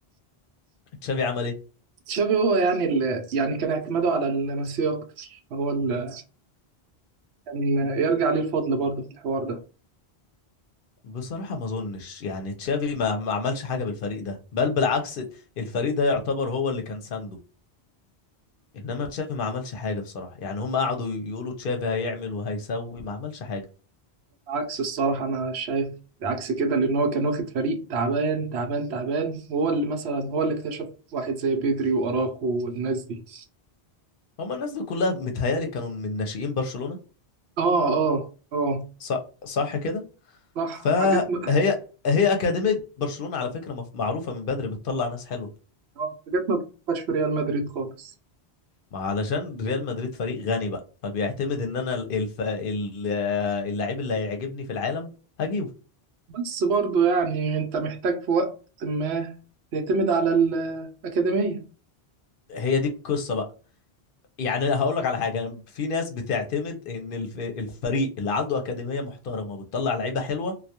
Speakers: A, on the left; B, on the right.
A: تشافي عمل ايه
B: تشافي هو يعني اللي يعني كان اعتماده على الميسي أكتر هو اللي كان يرجع ليه الفضل برضه في الحوار ده
A: بصراحة ما اظنش يعني تشافي ما ما عملش حاجة بالفريق ده بل بالعكس الفريق ده يعتبر هو اللي كان سانده انما تشافي ما عملش حاجة بصراحة يعني هم قعدوا يقولوا تشافي هيعمل وهيسوي ما عملش حاجة
B: عكس الصراحة أنا شايف عكس كده لأن هو كان واخد فريق تعبان تعبان تعبان هو اللي مثلا هو اللي اكتشف واحد زي بيدري وأراخو والناس دي
A: هم الناس دي كلها متهيألي كانوا من ناشئين برشلونة
B: اه اه اه
A: صح, صح كده
B: صح
A: فهي
B: حاجات ما
A: هي أكاديمية برشلونة على فكرة مف- معروفة من بدري بتطلع ناس حلوة
B: آه، حاجات ما بتبقاش في ريال مدريد خالص
A: ما علشان ريال مدريد فريق غني بقى فبيعتمد ان انا الف... ال- اللعيب اللي هيعجبني في العالم هجيبه
B: بس برضو يعني انت محتاج في وقت ما تعتمد على الأكاديمية
A: هي دي القصة بقى يعني أنا هقول لك على حاجه أنا في ناس بتعتمد ان الف... الفريق اللي عنده اكاديميه محترمه وبتطلع لعيبه حلوه